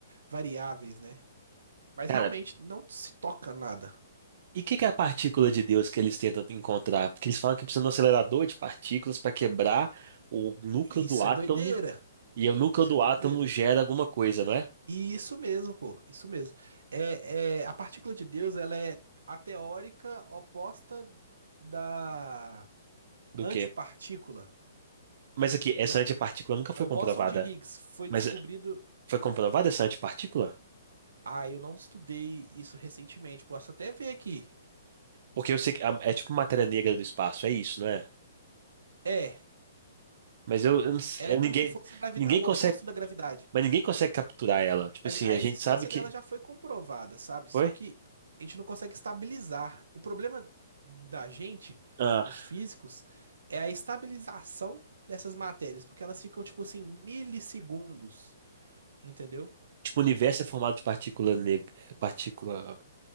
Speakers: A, on the right; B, on the right.
A: variáveis, né? Mas
B: Cara,
A: realmente não se toca nada.
B: E o que que é a partícula de Deus que eles tentam encontrar? Porque eles falam que precisa de um acelerador de partículas para quebrar o núcleo
A: Isso
B: do átomo,
A: é doideira.
B: e o núcleo
A: Isso
B: do
A: é doideira.
B: átomo gera alguma coisa, não é?
A: E isso mesmo, pô. Isso mesmo. É, é, a partícula de Deus, ela é a teórica oposta da
B: Do
A: antipartícula,
B: quê? Mas aqui,
A: entendeu?
B: essa antipartícula nunca foi
A: É o
B: comprovada.
A: bóson de Higgs. Foi
B: Mas
A: descobrido.
B: eh, foi comprovada essa antipartícula?
A: Ah, eu não estudei isso recentemente. Posso até ver aqui.
B: Porque eu sei que ah, é tipo matéria negra do espaço, é isso, não é?
A: É,
B: Mas eu, eu não sei-
A: ela é
B: eu-
A: como
B: ninguém,
A: se fosse a gravidade,
B: ninguém
A: o
B: consegue,
A: oposto da gravidade.
B: mas ninguém consegue capturar ela. Tipo
A: Mas
B: assim,
A: a
B: a
A: existência
B: gente sabe que
A: dela já foi comprovada, sabe? Só
B: foi?
A: que a gente não consegue estabilizar. O problema da gente,
B: Ah,
A: dos físicos, é a estabilização dessas matérias, porque elas ficam, tipo assim, milissegundos, entendeu?
B: tipo, o universo é formado de partícula neg- partícula